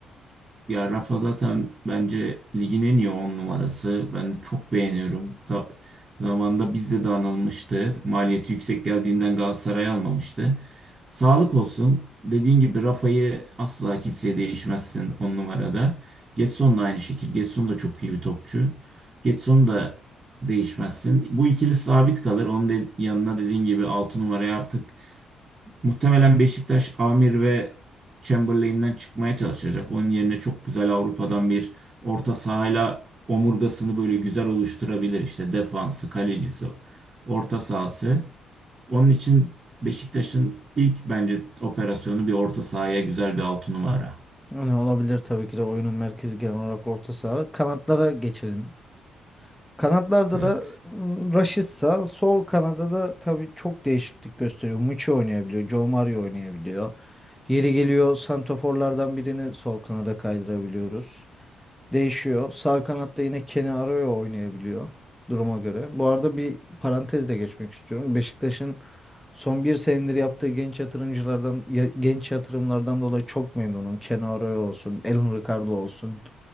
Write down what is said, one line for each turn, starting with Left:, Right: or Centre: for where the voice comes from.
Right: Ya Rafa zaten bence ligin en iyi 10 numarası. Ben çok beğeniyorum. Za- zamanında bizde de anılmıştı. Maliyeti yüksek geldiğinden Galatasaray almamıştı. Sağlık olsun. Dediğin gibi Rafa'yı asla kimseye değişmezsin 10 numarada. Getson da aynı şekilde. Getson da çok iyi bir topçu. Getson da değişmezsin. Bu ikili sabit kalır. Onun de- yanına dediğin gibi 6 numaraya artık Muhtemelen Beşiktaş Amir ve Chamberlain'den çıkmaya çalışacak. Onun yerine çok güzel Avrupa'dan bir orta sahayla omurgasını böyle güzel oluşturabilir. İşte defansı, kalecisi, orta sahası. Onun için Beşiktaş'ın ilk bence operasyonu bir orta sahaya güzel bir altı numara.
Centre: Yani olabilir tabii ki de oyunun merkezi genel olarak orta saha. Kanatlara geçelim. Kanatlarda
Right: Evet.
Centre: da m, Rashica, sol kanada da tabii çok değişiklik gösteriyor. Muçi oynayabiliyor, Joe Mario oynayabiliyor. Yeri geliyor santraforlardan birini sol kanada kaydırabiliyoruz. Değişiyor. Sağ kanatta yine Kenny Arroyo oynayabiliyor duruma göre. Bu arada bir parantez de geçmek istiyorum. Beşiktaş'ın son bir senedir yaptığı genç yatırımcılardan ya- genç yatırımlardan dolayı çok memnunum. Kenny Arroyo olsun, Elhun Ricardo olsun.